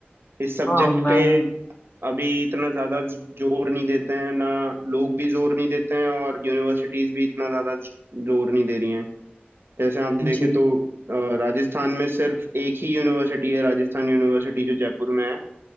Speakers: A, on the right (about 70°); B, on the left (about 40°).
A: इस सब्जेक्ट
B: हाँ मैंने
A: पे अभी इतना ज्यादा जोर नहीं देते हैं ना लोग भी जोर नहीं देते हैं और यूनिवर्सिटीज भी इतना ज्यादा जोर नहीं दे रही हैं जैसे आप देखें
B: जी
A: तो अ, राजस्थान में सिर्फ एक ही यूनिवर्सिटी है राजस्थान यूनिवर्सिटी जो जयपुर में है